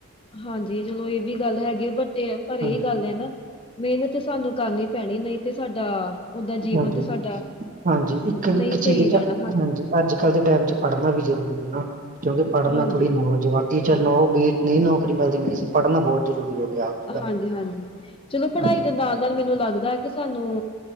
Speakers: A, on the left; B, on the right.
A: ਹਾਂਜੀ ਚਲੋ ਇਹ ਵੀ ਗੱਲ ਹੈਗੀ ਆ ਬਟ ਪਰ ਇਹੀ
B: ਹਾਂਜੀ
A: ਗੱਲ ਹੈ ਨਾ। ਮਿਹਨਤ ਸਾਨੂੰ ਕਰਨੀ ਪੈਣੀ ਨਹੀਂ ਤੇ ਸਾਡਾ ਓਦਾ ਜੀਵਨ
B: ਹਾਂਜੀ
A: ਤੇ ਸਾਡਾ
B: ਹਾਂਜੀ ਇੱਕ ਇੱਕ
A: ਨਹੀਂ ਸਹੀ
B: ਚੀਜ਼ ਦੇ
A: ਰਹਿਣਾ
B: ਹਾਂਜੀ ਅੱਜ ਕੱਲ੍ਹ ਦੇ ਟਾਈਮ ਚ ਪੜ੍ਹਨਾ ਵੀ ਜ਼ਰੂਰੀ ਹੈ ਨਾ ਕਿਉਂਕਿ ਪੜ੍ਹਨਾ
A: ਹਾਂਜੀ,
B: ਥੋੜੀ ਨੌਲਜ ਵੱਧਦੀ ਚ ਨੌ ਨਹੀਂ ਨੌਕਰੀ ਮਿਲਦੀ ਨਹੀਂ ਸੀ ਪੜ੍ਹਨਾ ਬਹੁਤ ਜ਼ਰੂਰੀ ਹੋ ਗਿਆ ਅੱਜ ਕੱਲ੍ਹ
A: ਹਾਂਜੀ ਹਾਂਜੀ ਚਲੋ ਪੜ੍ਹਾਈ
B: ਹਾਂਜੀ
A: ਦੇ ਨਾਲ ਨਾਲ ਮੈਨੂੰ ਲੱਗਦਾ ਹੈ ਕਿ ਸਾਨੂੰ